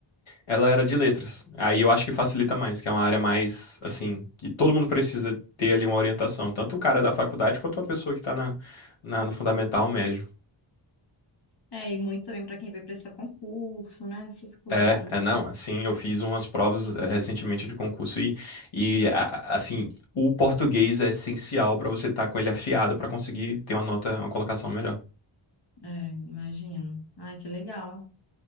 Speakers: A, on the left (about 80°); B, on the left (about 55°).
A: Ela era de letras. Aí eu acho que facilita mais, que é uma área mais, assim, que todo mundo precisa ter ali uma orientação, tanto o cara da faculdade quanto a pessoa que tá na, na- no fundamental médio.
B: É, É, e muito também para quem vai prestar concurso, né? Essas coisas.
A: É, é não, assim, eu fiz umas provas eh, recentemente de concurso e, e a- a- assim, o português é essencial para você estar com ele afiado para conseguir ter uma nota, uma colocação melhor.
B: É, imagino. Ai, que legal.